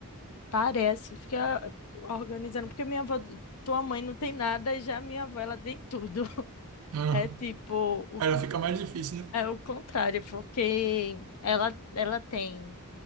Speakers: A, on the left; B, on the right.
A: parece assim, fiquei ah, organizando, porque minha avó, tua mãe não tem nada, e já minha avó, ela tem tudo. <laughs>
B: Ah,
A: É tipo, o,
B: aí
A: con-
B: já fica mais difícil, né?
A: é o contrário, porque ela, ela tem.